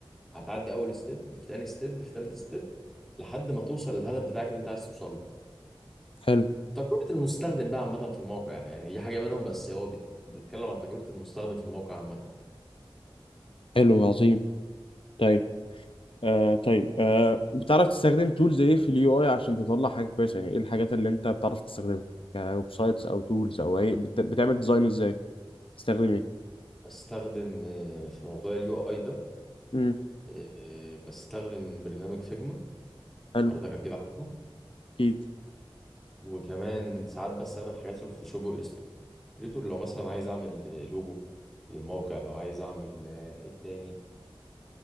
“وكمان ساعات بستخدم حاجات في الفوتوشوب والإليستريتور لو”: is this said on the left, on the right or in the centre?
Centre